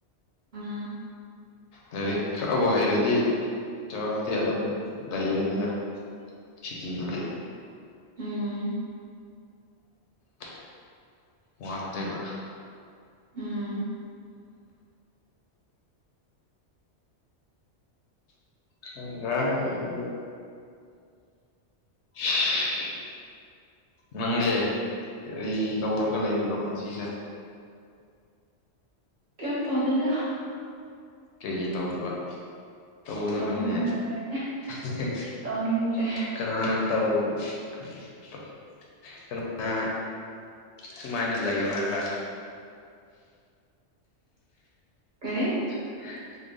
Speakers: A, on the right; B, on the left.
A: ꯑ
B: ꯂꯥꯏꯔꯤꯛ ꯈꯔꯕꯨ ꯍꯩꯔꯗꯤ ꯆꯥꯎꯔꯛꯇꯤ ꯑꯗꯨꯝ ꯂꯩꯒꯅꯤꯅ ꯁꯤꯀꯤꯗꯨꯗꯤ
A: ꯎꯝ
B: ꯑ ꯋꯥꯠꯇꯦꯕ
A: ꯎꯝ
B: ꯇꯪꯗꯔꯥ ꯑꯩꯗꯤ <unintelligible> ꯅꯪꯗꯤ ꯀꯔꯤ ꯇꯧꯔꯒ ꯂꯩꯕꯅꯣ ꯉꯁꯤꯁꯦ
A: ꯀꯝ ꯇꯧꯗꯦꯗ
B: ꯀꯩꯒꯤ ꯇꯧꯗꯕ ꯇꯧꯒꯗꯕꯅꯤꯅꯦ
A: ꯇꯧꯅꯤꯡꯗꯕꯩ
B: ꯍꯤꯍꯦ
A: ꯇꯧꯅꯤꯡꯗ꯭ꯔꯦ
B: ꯀꯅꯥꯅ ꯇꯧ ꯀ ꯀ ꯀꯅ ꯁꯨꯃꯥꯏꯅ ꯂꯩꯌꯣ ꯍꯥꯏꯕ꯭ꯔꯥ
A: ꯀꯔꯤ
B: <unintelligible>